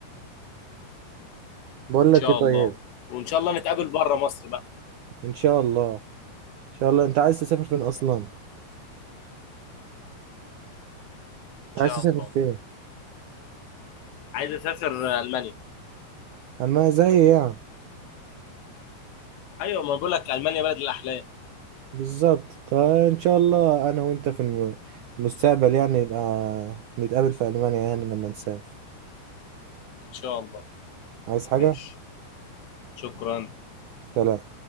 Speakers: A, on the right; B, on the left.
A: بقول
B: ان
A: لك
B: شاء
A: ايه طيب
B: الله وان شاء الله نتقابل بره مصر بقى
A: ان شاء الله ان شاء الله انت عايز تسافر فين اصلا
B: ان
A: انت
B: شاء
A: عايز تسافر
B: الله
A: فين
B: عايز اسافر المانيا
A: اما زي يعني
B: ايوه ما بقول لك المانيا بلد الاحلام
A: بالظبط فان شاء الله انا وانت في الم- المستقبل يعني نبقى نتقابل في المانيا يعني لما نسافر
B: ان شاء الله
A: عايز حاجه
B: ماشي شكرا
A: سلام